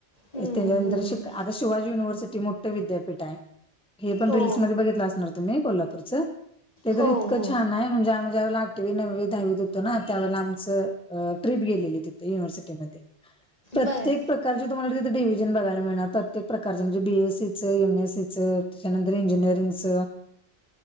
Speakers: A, on the left; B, in the centre.
A: हम्म
B: त्याच्यानंतर
A: हम्म
B: शिक आता शिवाजी युनिवर्सिटी मोठं विद्यापीठ हाय. हे पण
A: हो
B: रील्समध्ये बघितलं असणार तुम्ही, कोल्हापूरच ते तर
A: हो
B: इतकं
A: हो
B: छान नाही म्हणजे आम्ही ज्यावेळेला आठवी, नववी, दहावीत होतो ना, त्या वेळेला आमच अ, ट्रिप गेलेली तिथ युिव्हर्सिटी. ते म ते, प्रत्येक
A: बर
B: प्रकारचे तुम्हाला तिेथ डिव्हजन बघायला मिळणार, प्रत्येक प्रकारच म्हणजे बीएसीचं, एमएसीचं. त्याच्यानंतर इंजिनिअरिंगच.